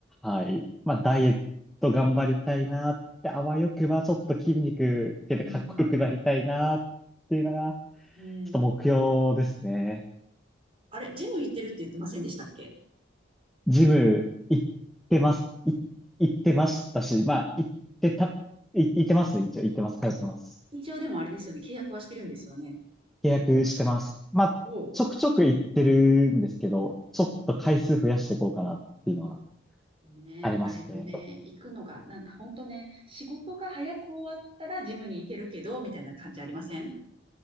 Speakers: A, in the centre; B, on the right (about 30°).
A: はい。まあ、ダイエット頑張りたいなって、あわよくばちょっと筋肉つけてかっこよくなりたいなっていうのが、
B: うんうん。う
A: ちょっと目標ですね。
B: ん。あれ、ジム行ってるって言ってませんでしたっけ
A: ジム行ってます。い行ってましたし、まあ、行ってた、い行ってますね、一応。行ってます。通ってます。
B: 一応でもあれですよね、契約はしてるんですよね。
A: 契約してます。まあ、
B: おう、
A: ちょくちょく行ってるんですけど、ちょっと回数増やしていこうかなっていうのは
B: うんうんうん。ねえ、
A: ありますね。
B: あれもね、行くのが、なんか本当ね、仕事が早く終わったらジムに行けるけど、みたいな感じありません